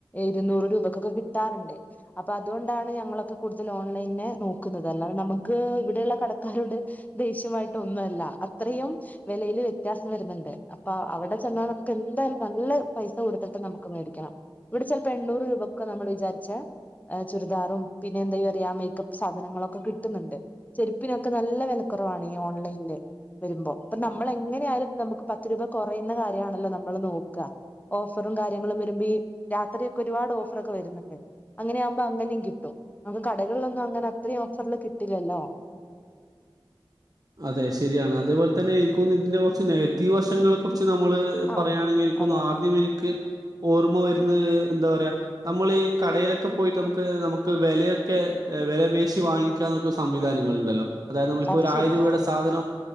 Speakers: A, on the left; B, on the right.
A: ഇരുന്നൂറ് രൂപ ക്കൊക്കെ കിട്ടാറുണ്ട് അപ്പൊ അതുകൊണ്ടാണ് ഞങ്ങളൊക്കെ കൂടുതൽ ഓൺലൈനെ നോക്കുന്നത് അല്ലാതെ നമുക്ക് ഇവ് ടെള്ള കടക്കാരോട് ദേഷ്യമായിട്ടോ ഒന്നല്ല അത്രെയും വെലയില് വ്യത്യാസം വരുന്നുണ്ട് ആ അവിടെ ചെന്നാൽ നമുക്ക് എന്തായാലും നല്ല പൈസ കൊടുത്തിട്ട് നമുക്ക് മേടിക്കണം ഇവിടെ ചെലപ്പോ എണ്ണൂറ് രൂപ ക്കെ നമ്മള് വിചാരിച്ചെ ചുരിദാറും പിന്നെ എന്താ പറയാ മേക്കപ്പ് സാധനങ്ങളൊക്കെ കിട്ട്ന്ന്ണ്ട് ചെരുപ്പിനൊക്കെ നല്ല വെല കുറവാണീ ഓൺലൈനില് വരുമ്പോ ഇപ്പ നമ്മൾ എങ്ങനായാലും നമുക്ക് പത്ത് രൂപ കൊറയുന്ന കാര്യാണല്ലോ നമ്മള് നോക്ക ഓഫറും കാര്യങ്ങളും വരുമ്പോ ഈ രാത്രിയൊക്കെ ഒരുപാട് ഓഫ റൊക്കെ വരുന്നുണ്ട് അങ്ങനെയാവുമ്പോ അങ്ങനെയും കിട്ടും നമുക്ക് കടകളിലൊന്നും അങ്ങനെ അത്രയും ഓഫറിൽ കിട്ടില്ലല്ലോ
B: അതെ ശെരിയാണ് അതേപോലെ തന്നെ എനിക്കോന്ന് ഇതിന്റെ കുറച്ച് നെഗറ്റീവ് വശങ്ങളെ കുറിച്ച് ച്ച് നമ്മള്
A: ആ
B: പറയാണെങ്കിൽ എനിക്കോന്ന്
A: അതെ അതെ
B: ആദ്യം എനിക്ക് ഓർമ്മ വരുന്ന് എന്താ പറയാ നമ്മളീ കടയിലൊക്കെ പോയിട്ട് നമുക്ക് നമുക്ക് വെലയൊക്കെ വെലപേശി വാങ്ങിക്കാനൊക്കെ സംവിധാനങ്ങൾ ണ്ടല്ലോ അതായത് നമ്മളിപ്പോ
A: അത്
B: ഒരു
A: ശരിയാ
B: ആയിരം രൂപയുടെ
A: ആ
B: സാധനം